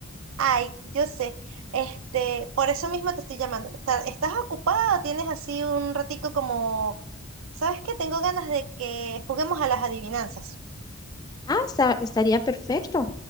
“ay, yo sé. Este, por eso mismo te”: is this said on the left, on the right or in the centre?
Right